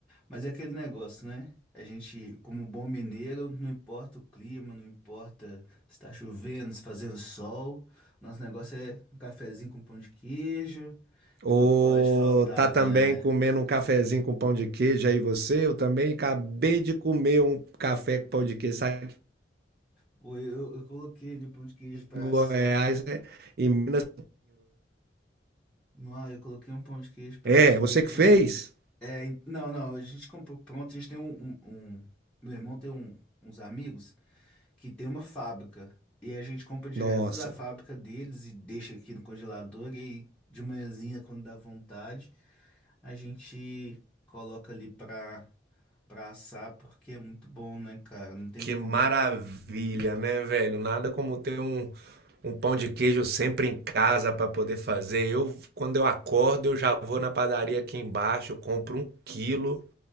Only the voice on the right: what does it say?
Ou
tá também
comendo um cafezinho com pão de queijo aí você? Eu também acabei de comer um café com pão de queijo, sabe que
em Goiás
né em Minas.
É,
você
que fez?
Nossa.
Que
maravilha, né, velho? Nada como ter um, um pão de queijo sempre em casa para poder fazer. Eu, quando eu acordo, eu já vou na padaria aqui embaixo, compro um quilo.